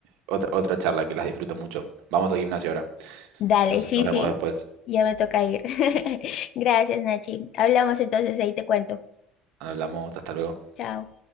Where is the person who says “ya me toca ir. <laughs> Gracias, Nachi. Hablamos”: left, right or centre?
Left